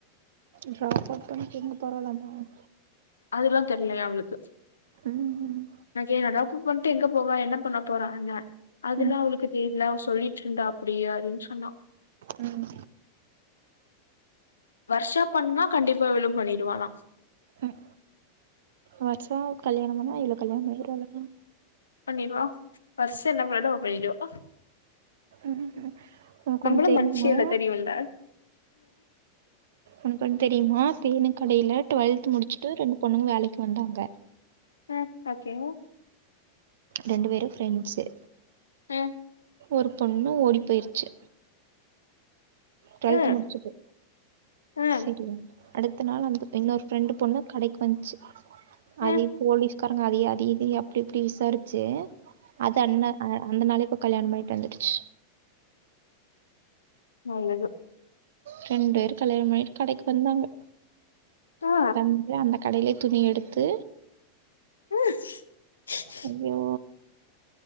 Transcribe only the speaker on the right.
ட்ராப் அவுட் பன் இருங்க பரவால்ல அதா
ம் ம்
ம்
ம்
ம் வர்ஷாவ் கல்யாணம் பண்ணா இவளு கல்யாண பண்ணிக்கிராளாமா
ம் ம் உனக்கு
ஒன்னு தெரியுமா
உனக் ஒண் தெரியுமா பேனு கடையால டுவெல்த் முடிச்சுட்டு ரெண்டு பொண்ணுங்க வேலைக் வந்தாங்க
ரெண்டு வேரு ஃப்ரெண்ஸே
ஒரு பொண்ணு ஓடி போய்ர்ச்சு ட்வெல்த்
முடிச்சுட்டு
செரியா அடுத்த நாள் அந்த இன்னொரு ஃப்ரெண்டு பொண்ணு கடைக்கு வந்ச்சு அதே
போலீஸ்காரங்க அதையே அதி இதி அப்டி இப்டி விசாரிச்சே அது அண்ண அ அந்த நாளே இப்ப கல்யாணம் பண்ணிட்டு வந்துடுச்
ரெண்ட் வேர் கல்யாண பண்ணிட் கடைக்கு வந்தாங்க
தன் ஏ அந்த கடைய்லே துணி எடுத்து
ஐய்யோ